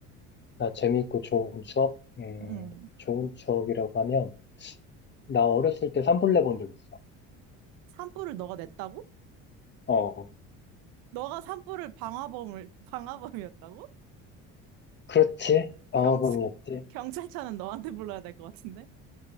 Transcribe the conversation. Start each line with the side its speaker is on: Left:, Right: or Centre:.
Left: 나 재미있고 좋은 추억? 음,
Right: 음.
Left: 좋은 추억이라고 하면, 나 어렸을 때 산불 내본 적 있어.
Right: 산불을 너가 냈다고?
Left: 어,
Right: 너가 산불을 방화범을 방화범이었다고?
Left: 그렇지. 방화범이었지.
Right: 경찰 <laughs> 경찰차는 너한테 불러야 될 것 같은데?